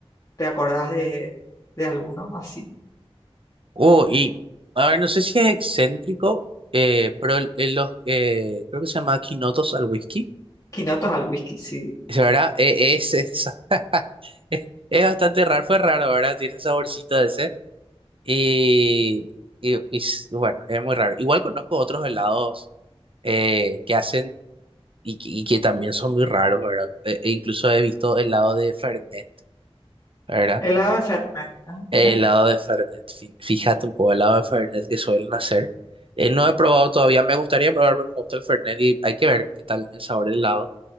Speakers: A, on the left; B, on the right.
A: ¿te acordás de, de alguno así?
B: Uh, y a ver, no sé si es excéntrico, eh, pero el- el- los, eh, creo que se llama quinotos al whisky.
A: Quinotos al whisky, sí.
B: Esa, ¿Verdad? E- Es, esa. <laughs> Es, es bastante raro, fue raro, ¿verdad? Tiene saborcito ese. Y, y, y s- bueno, es muy raro. Igual conozco otros helados eh, que hacen y, que y que también son muy raros, ¿verdad? E- e incluso he visto helado de Fernet, ¿verdad?
A: Helado de Fernet, ah, Mira.
B: helado de Fernet. Fi- Fíjate un poco, helado de Fernet que suelen hacer. Eh, no he probado todavía, me gustaría probar porque me gusta el Fernet y hay que ver qué tal el sabor del helado